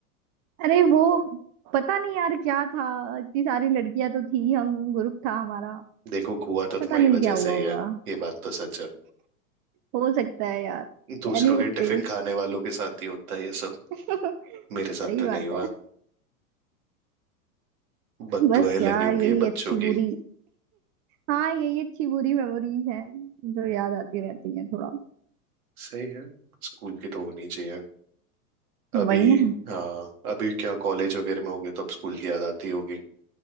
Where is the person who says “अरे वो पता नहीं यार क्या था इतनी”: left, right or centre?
Right